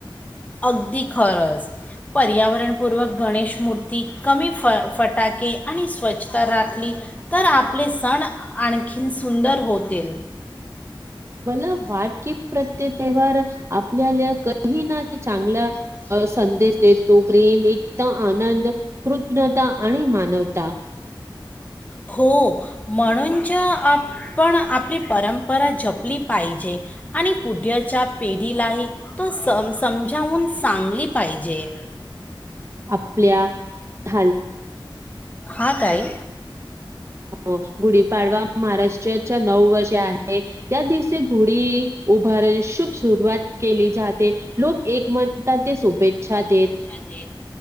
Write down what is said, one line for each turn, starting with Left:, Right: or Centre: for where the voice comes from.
Left: अगदी खरंच. पर्यावरणपूर्वक गणेश मूर्ती कमी फ फटाके आणि स्वच्छता राखली तर आपले सण आणखीन सुंदर होते.
Right: मला वाट के- प्रत्येक तेवार आपल्याला कही ना चांगला संदेश देतो प्रेम एक आनंद कृत्ञता आणि मानवता.
Left: हो म्हणून ज आपण आपली परं परत झपली पाहिजे. आणि उढ्याच्या पेढीलाही तो स समजावून सांगली पाहिजे.
Right: आपल्या <unintelligible>
Left: हा ताई
Right: हो गुढीपाडवा महाराष्ट्राच्या नऊ वर्षे आहे. या दिवशी गुडी उभारण शुभ सुरुवात केली जाते. लोक एक मताचे शुभेच्छा देतात.
Left: त्या <inaudible>